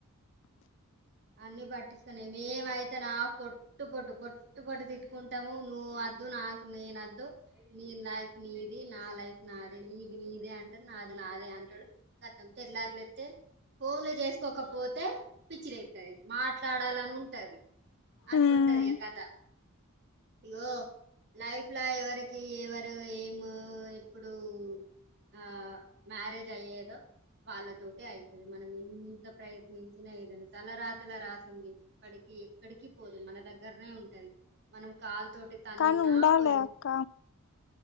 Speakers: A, on the right; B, on the left.
A: అన్నీ పట్టించుకొని మేమయితే నా పొట్ పొట్టు పొట్టు, పొట్టు పొట్టు తీట్టుకుంటము నువద్దు నాకు నేనద్దు. నీ లైఫ్ నీది, నా లైఫ్ నాదే. నీది నీదే అంటడు, నాది నాదే అంటడు. కతమ్ తెల్లారి లేత్తే పోన్లే జెస్ కోకపోతే పిచిలేత్తది, మాట్లాడాలని ఉంటది. అట్లుంటది
B: ఉమ్
A: ఇగ కథ, ఇగో లైఫ్ ల ఎవరికి ఎవరు ఏం ఎప్పుడు ఆ మ్యారేజ్ అయ్యేదో, వాళ్ళతోటె అయితది, మనం ఎన్ని ఎంత ప్రయత్నించినా ఏదన తల రాతల రాసింది అక్కడికి ఎక్కడికి పోదు, మన దగ్గరనే ఉంటది. మనం కాలు తోటి తన్నినా
B: కనీ ఉండాలే
A: పోయిన
B: అక్క.